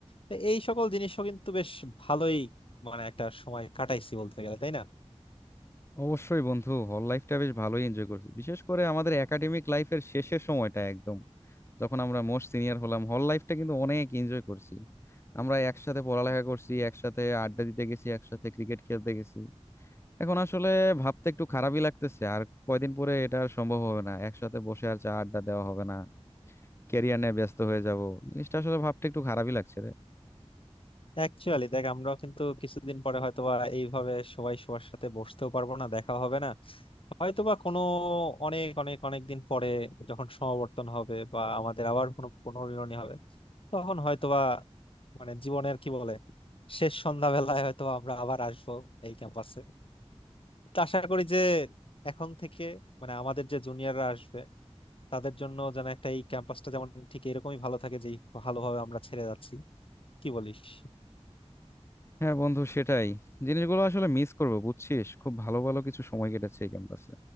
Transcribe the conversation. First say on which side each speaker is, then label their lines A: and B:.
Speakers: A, on the left (about 55°); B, on the left (about 25°).
A: তো এই সকল জিনিসও কিন্তু বেশ ভালোই মানে একটা সময় কাটাইছি বলতে গেলে তাই না
B: অবশ্যই বন্ধু হল লাইফটা বেশ ভালোই এনজয় করছি বিশেষ করে আমাদের একাডেমিক লাইফের শেষের সময়টা একদম যখন আমরা মোস্ট সিনিয়র হলাম হল লাইফটা কিন্তু অনেক এনজয় করছি আমরা একসাথে পড়ালেখা করছি একসাথে আড্ডা দিতে গেছি একসাথে ক্রিকেট খেলতে গেছি এখন আসলে ভাবতে একটু খারাপই লাগতেছে আর কয়দিন পরে এটা আর সম্ভব হবে না একসাথে বসে আর চা আড্ডা দেওয়া হবে না ক্যারিয়ার নিয়ে ব্যস্ত হয়ে যাব জিনিসটা আসলে ভাবতে একটু খারাপই লাগছে রে
A: অ্যাকচুয়ালি দেখ আমরাও কিন্তু কিছুদিন পরে হয়তোবা এইভাবে সবাই সবার সাথে বসতেও পারবো না দেখা হবে না হয়তোবা কোনো অনেক অনেক অনেক দিন পরে যখন সমাবর্তন হবে বা আমাদের আবার কোনো পুনর্মিলনী হবে তখন হয়তোবা মানে জীবনের কি বলে শেষ সন্ধ্যাবেলায় হয়তো আমরা আবার আসবো এই ক্যাম্পাসে তো আশা করি যে এখন থেকে মানে আমাদের যে জুনিয়ররা আসবে তাদের জন্য যেন একটা এই ক্যাম্পাসটা যেমন ঠিক এরকমই ভালো থাকে যেই ভালোভাবে আমরা ছেড়ে যাচ্ছি কি বলিস
B: হ্যাঁ বন্ধু সেটাই জিনিসগুলো আসলে মিস করবো বুঝছিস খুব ভালো ভালো কিছু সময় কেটেছে এই ক্যাম্পাসে